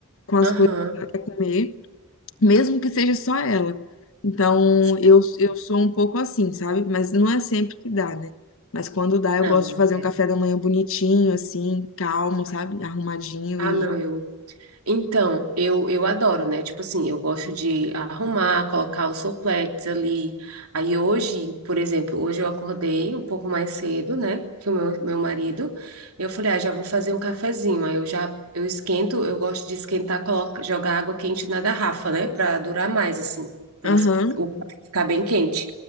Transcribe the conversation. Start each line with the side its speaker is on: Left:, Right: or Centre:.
Left: com as
Right: Aham.
Left: coisas pra comer. mesmo que seja só ela. Então,
Right: Sim.
Left: eu, eu sou um pouco assim, sabe? Mas não é sempre que dá, né? Mas quando dá, eu
Right: Não,
Left: gosto
Right: não
Left: de fazer
Right: é.
Left: um café da manhã bonitinho, assim, calmo, sabe? Arrumadinho
Right: Ah,
Left: e.
Right: não, eu Então, eu, eu adoro, né? Tipo assim, eu gosto de arrumar, colocar os sopletes ali. Aí hoje, por exemplo, hoje eu acordei um pouco mais cedo, né? Que o meu, meu marido. Eu falei, ah, já vou fazer um cafezinho. Aí eu já, eu esquento, eu gosto de esquentar, coloca, jogar água quente na garrafa, né? Pra durar mais, assim, pra
Left: Aham,
Right: esse- o café ficar bem quente.